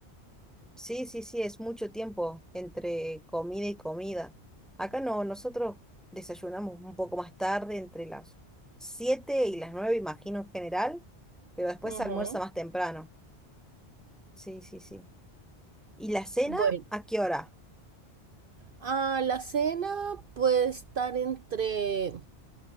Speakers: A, in the centre; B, on the right (about 55°).
A: Sí, sí, sí, es mucho tiempo entre comida y comida. Acá no, nosotros desayunamos un poco más tarde, entre las 7 y las 9, imagino en general, pero después
B: Ujú.
A: se almuerza más temprano. Sí, sí, sí. ¿Y la cena
B: Bueno,
A: a qué hora?
B: a la cena puede estar entre